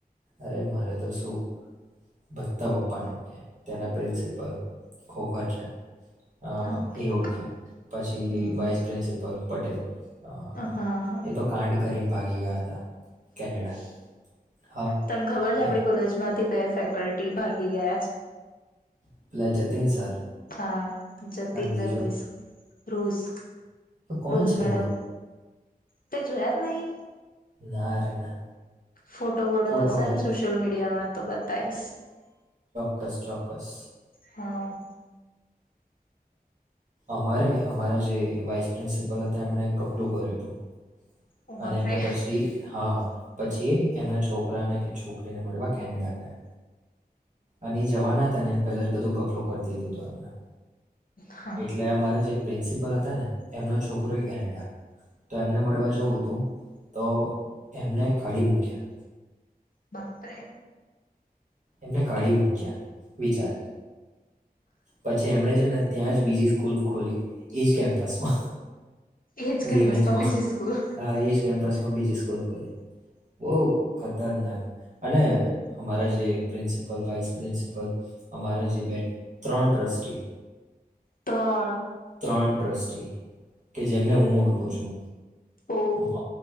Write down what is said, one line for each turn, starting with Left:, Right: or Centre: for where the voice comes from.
Right: અરે મારે તો શું બધધા પપ્પાને ઓળખે. તેના પ્રિન્સિપલ ખો ખો <unintelligible> અ
Left: ઓકે
Right: એ ઓળખે પછી
Left: હમ
Right: વાઇસ પ્રિન્સિપલ પટેલ. અ
Left: હા.
Right: એ તો કાંડ કરીને ભાગી ગયા હતા. કેનેડા. હા
Left: તને ખબર છે આપડી
Right: એ
Left: કોલેજ માંથી બે ફેક કલટી ભાગી ગયા છે.
Right: આપલા જતીન સર સર
Left: હા જતીન
Right: અને
Left: ના
Right: બીજો
Left: રોઝ રોઝ
Right: કોણ
Left: રોઝ
Right: છે
Left: મેડમ. તે જોુયાત નહી?
Right: ના રે ના
Left: ફોટો વોડો
Right: ફોટો
Left: હસને
Right: હોય તો
Left: સોશિયલ મીડિયામાં તો બતાઈશ.
Right: ચોક્કસ ચોક્કસ.
Left: હા.
Right: અમારે અમારા જે વાઇસ પ્રિન્સિપલ હતા એમણે કપલું કર્યું હતું.
Left: ઓ બાપરે
Right: અને એમને પછી હા પછી એમના છોકરાને કે છોકરીને મળવા કેનેડા ગયા અને જવાના તને પેલા જ બધું કફલો કરી દીધું હતું એમને
Left: હા
Right: એટલે અમારા જે પ્રિન્સિપલ હતા ને એમનો છોકરોય કેનેડા તો એમને મળવા જવું. તો એમને ખડી મૂક્યા
Left: બાપરે.
Right: એમને કાઢી મૂક્યા. વિચાર પછી એમણે છે ને ત્યાં જ બીજી કુલ્પ ખોલી એ જ કેમ્પસમાં
Left: એજ
Right: રવેજમાં
Left: કેમ્પસમાં બીજી સ્કૂલ
Right: હા એજ કેમ્પસમાં બીજી સ્કૂલ ખોલી. બહુ ખતરનાક. અને અમારા જે. પ્રિન્સિપલ વાઇસ પ્રિન્સિપલ અમારા જે બે ત્રણ ટ્રસ્ટી.
Left: ત્રણ.
Right: ત્રણ ટ્રસ્ટી કે જેમને હું ઓળખું છું.
Left: ઓ
Right: હ.